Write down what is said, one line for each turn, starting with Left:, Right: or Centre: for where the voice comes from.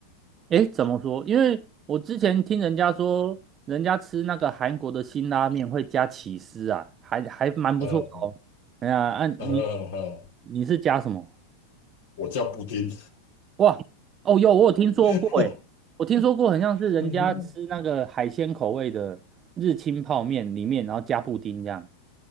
Right: 诶，怎么说？因为我之前听人家说，人家吃那个韩国的辛拉面会加起司啊，还还蛮不错的哦。
Left: <laughs> 呃
Right: 哎呀，啊，你
Left: 呃呃，
Right: 你是加什么？
Left: 我加布丁，
Right: 哇，哦，有我有听说过，
Left: <laughs>
Right: 诶，我听说过，很像是人家吃那个海鲜口味的日清泡面里面，
Left: 嗯
Right: 然后加布丁这样，